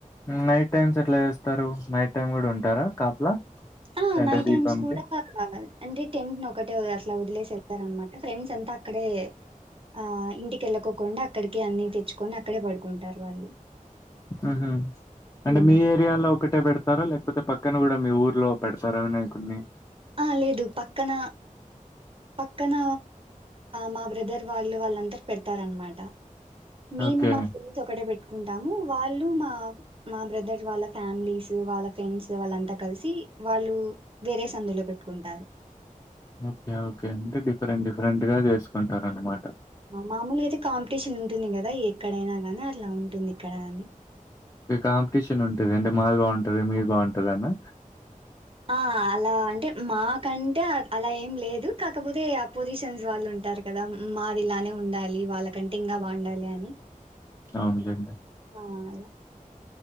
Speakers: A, on the left; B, on the right.
A: నైట్ టైమ్స్ ఎట్లా చేస్తారు నైట్ టైమ్ కూడా ఉంటారా కాపలా
B: ఆ
A: అంటే
B: నైట్
A: దీపంకి?
B: టైమ్స్ కూడా అంటే టెంట్ ఒకటే ఇలా వదిలేసేస్తారు అనమాట ఫ్రెండ్స్ అంతా అక్కడే ఆ ఇంటికిళ్ళకోకుండా అక్కడికి అన్ని తెచ్చుకొని అక్కడే పడుకుంటారు వాళ్ళు
A: ఆహ అంటే
B: హ్మ్.
A: మీ ఏరియాలో ఒకటే పెడతారా లేకపోతే పక్కన కూడా మీ ఊరు లో పెడతారు వినయకుడిని
B: ఆ లేదు పక్కన పక్కన మా బ్రదర్ వాళ్ళు వాళ్ళ అందరు పెడతారనమాట మీ
A: ఓకే.
B: మా ఫ్రెండ్స్ ఒకటె పెట్ ంటాము వాళ్ళు మా మా బ్రదర్ వాళ్ళ ఫ్యామిలీస్ వాళ్ళ ఫ్రెండ్స్ వాళ్ళంతా కలిసి వాళ్ళు వేరే సందులో పెట్టుకుంటారు
A: ఓకే ఓకే అంటే డిఫరెంట్ డిఫరెంట్ గా చేసుకుంటారు అనమాట
B: మామూలుగా అయితే కాంపిటీషన్ ఉంటుంది కదా ఎక్కడైనా గాని అట్లా ఉంటుంది ఇక్కడ కాని
A: కాంపిటీషన్ ఉంటది అంటే మాది బాగుంటది మీది బాగుంటదా అనా
B: ఆ అలా అంటే మాకంటే అలా ఏం లేదు కాకపోతే అపోజిషన్స్ వాళ్ళు ఉంటారు కదా, మాది ఇలానే ఉండాలి వాళ్ళకంటే ఇంకా బాగుండాలి అని
A: అవునులేండి
B: ఆ లా